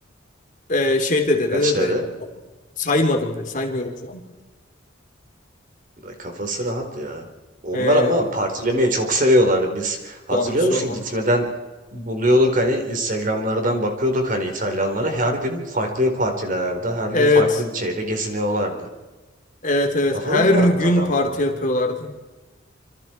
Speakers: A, on the left; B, on the right.
A: Ee, şey dedi
B: Kaç
A: ne dedi.
B: dedi?
A: Saymadım dedi. Saymıyorum şu an.
B: Da Kafası rahat ya. Onlar
A: Ee,
B: ama partilemeyi çok seviyorlardı. Biz hatırlıyor
A: bana hiç sorma.
B: musun gitmeden buluyorduk hani Instagramlardan bakıyorduk hani İtalyanlara her gün farklı partilerde her gün
A: Evet.
B: farklı bir şeyde geziniyorlardı.
A: Evet evet.
B: Kafaları
A: Her
B: rahattı
A: gün
B: adamların.
A: parti yapıyorlardı.